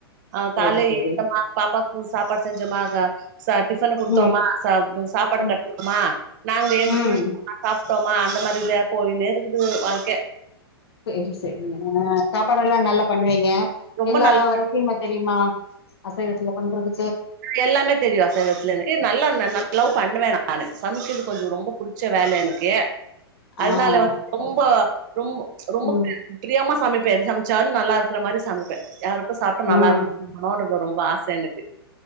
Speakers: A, on the right; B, on the left.
A: ஆ
B: சரி
A: கால்ல
B: சரி
A: எழுந்தமா பாப்பாக் ம் சாப்பாடு செஞ்சோமா தா ச டிஃபன குடுத்தோமா
B: ம்
A: ச சாப் சாப்பாடு
B: ம்
A: கட்னோமா நாங்க எந்து
B: ம்
A: <inaudible> சாப்டோம் ஆ அந்த மாரிதா போயினே இருக்குது வாழ்க்கை
B: சேரி சேரிங்க ஆ சாப்பாடெல்லா நல்லா பண்ணுவீங்க
A: ரொம்ப
B: எல்லா
A: நல்ல
B: வெரைட்டியு பண்ண தெரியுமா அசைவத்துல பண்றது
A: எல்லாமே தெரியு அசைவத்துல எனக்கு நல்லா நல்லாவு பண்ணுவே நா நானு சமைச்சது கொஞ்ச ரொம்ப புடிச்ச வேல எனக்கு
B: ஆ
A: அதனால வந்து
B: சரி.
A: ரொம்பொ ரொம்பொ ரொம்பொ
B: ம்
A: ப்ரியமா சமைப்பே எது சமிச்சாலு நல்லாருக்ற மாரி சமைப்பே யா சாப்ட்டா
B: ம்
A: நல்லாருக்கு மனோன்ருக்கு ரொம் வாச எனக்கு